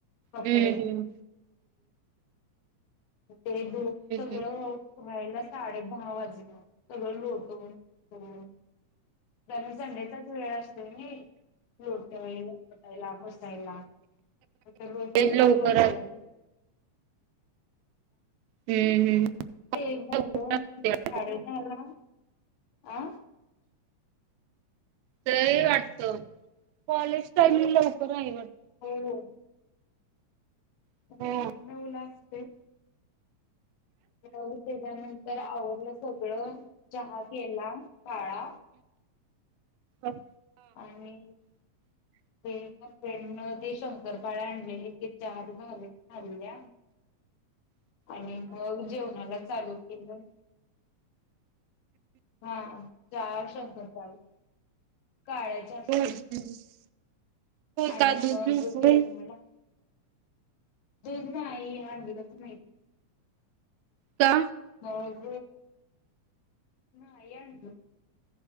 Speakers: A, on the left; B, on the right.
A: कपडे
B: हम्म हम्म हम्म हम्म
A: ते दोन सगळं
B: हम्म
A: यला साडे दहा वाजून सगळं लोटून फटून ज संडेचाच वेळ असतो ना लोट वेळी ला फसायला रोज फक्त
B: लवकर
A: लोटायला
B: हम्म हम्म
A: ते झालं
B: लवकर असते
A: साडे झाला अ
B: ते वाटत कॉलेज टाईम लवकर आहे वाटत
A: हो हो
B: वाटत
A: हो न उला असते त्याच्यानंतर आवडलं सगळं जहाज याला काळा
B: अप
A: आणि
B: <inaudible>
A: तेफ्रेंडन ते शंकरपाळ आणलेली कि चहाातले झााल्ल्या
B: <inaudible>
A: आणि मग जेवणाला चालू केलं हा चार शंक चाल काळायच असे
B: हो
A: आणि
B: का दूध
A: मग
B: पितोय
A: घेऊन मला दुनई आत म
B: का
A: होग ह ए